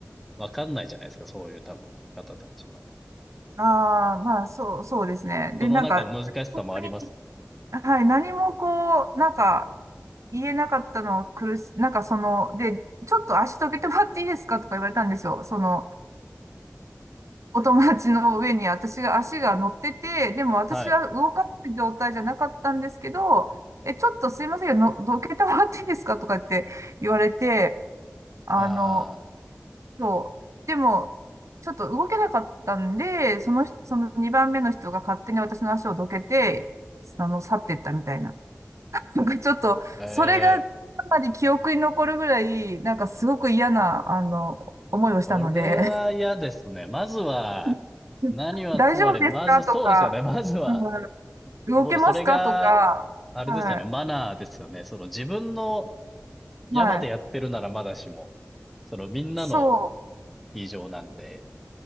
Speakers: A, in the centre; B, on the right.
A: わかんないじゃないですか。そういう多分方たちは。
B: ああ、まあ、そう、そうですね。で、
A: その中の難しさもあります。
B: なんか、本当に、はい、何もこう、なんか、言えなかったのは苦し、なんかその、で、ちょっと足どけてもらっていいですかとか言われたんですよ。その、お友達の上に私が足が乗ってて、でも私は動かせる状態じゃなかったんですけど、
A: はい。
B: え、ちょっとすいませんけど、のどけてもらっていいですかとかって言われて、あの、
A: あ
B: そう。でも、ちょっと動けなかったんで、その人、その2番目の人が勝手に私の足をどけて、あの、去っていったみたいな。なんかちょっと、
A: あ、ええ、
B: それがかなり記憶に残るぐらい、なんかすごく嫌な、あの、思いをしたので、
A: それは嫌ですね。まずは、
B: <laughs>
A: 何はともあれ、
B: 大丈夫ですかとか、
A: まず、そうですよね。<laughs> まずは、
B: うん、動けますかとか、
A: そうです。それが、あれですよね。
B: はい。
A: マナーですよね。その自分の山でやってるならまだしも、
B: はい。
A: そのみんなの
B: そう、
A: スキー場なんで、